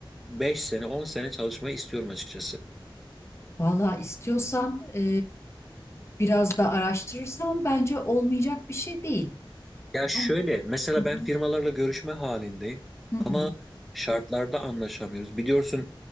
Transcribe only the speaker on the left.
Valla istiyorsan e, biraz da araştırırsan bence olmayacak bir şey değil.
Ama-
Hı hı.
Hı hı.